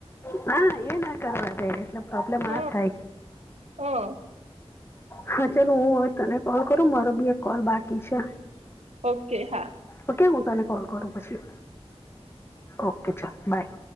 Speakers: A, on the left (about 20°); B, on the right (about 75°).
A: હા એ ના કરવા દે. એટલે પ્રોબ્લેમ
B: હ
A: આ થાય.
B: હ.
A: હા ચલ, હું હવે તને કોલ કરું મારો બી એક કોલ બાકી છે.
B: ઓકે હા.
A: ઓકે! હું તને કોલ કરું પછી. ઓકે. ચલ બાય.